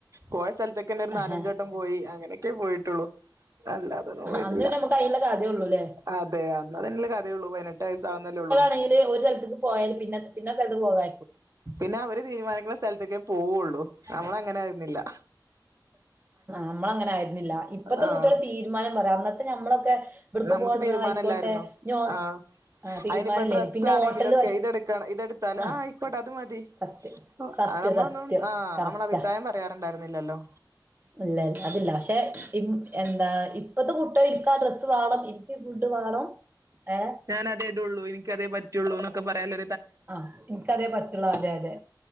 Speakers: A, on the right; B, on the right.
A: പോയ സ്ഥലത്തൊക്കെന്നെ ഒരു
B: ആഹാ
A: നാലഞ്ചോട്ടം പോയി അങ്ങനെയൊക്കെ പോയിട്ട് ട്ടുള്ള അല്ല അതൊന്നും പോയിട്ടില്ല
B: അന്ന് പിന്നെ നമുക്ക് അയിനുള്ള കഥയേ ഉള്ളൂല്ലേ
A: അതെ അന്ന്തന്നേ കഥയള്ളൂ പതിനെട്ട് വയസ്സ ആാവുന്നല്ലേ ഉള്ളൂ
B: ണെങ്കിൽ ഒരു സ്ലക്ക് പോയാലല് പിെ പിന്നെ സ്ലക്ക് പോകാ
A: പിന്നെ അവര് തീരുമാനിക്കുന്ന സ്ഥലത്തേക്കേ പോവുള്ളൂ നമ്മള അങ്ങനെ ആയിരുന്നില്ല
B: നമ്മള അങ്ങനെ ആയിരുന്നില്ല ഇപ്പത്തെ
A: ആഹ്
B: കുട്ടികൾ തീരുമാനം പറയാ അന്നത്തെ നമ്മ ക്കെ ഇവിടക്ക്
A: നമുക്ക്
B: പോട
A: തീരുമാനല്ലായിരുന്നോ
B: ആയിക്കോട്ടെ ഞോ
A: ആഹ്
B: ആ തീരുമാനല്ലേ
A: അയിനിപ്പോ ഡ്രസ്സ്
B: പിന്നെ
A: ആണെങ്കിലൊക്കെ
B: ഹോട്ടല
A: ഇതെടുക്കണം ഇതെടുത്താലോ
B: ആ
A: ആഹ് ആയിക്കോട്ടെ അത് മതി
B: സത്യം സത്യം
A: ആഹ് നമ്മളൊന്നും
B: സത്യം
A: ആഹ്
B: കറക്റ്റ്ാ
A: നമ്മള അഭിപ്രായം പറയാറുണ്ടായിരുന്നില്ലല്ലോ
B: ഇല്ല അതില്ല പക്ഷെ എന്താ ഇപ്പഴത്തെ കുട്ടിക എനിിക്ക ആ ഡ്രസ്സ് വേണം എനിക്ക് ഫുഡ് വേണം ഏ
A: ഞാൻ അതേടുയള്ളൂ എനിക്ക അതേ പറ്റയുള്ളൂ എന്നൊക്കെ പറയാല്ല
B: ആഹ് എനക്ക്തേ പറ്റുള്ളൂ അതെ അതെ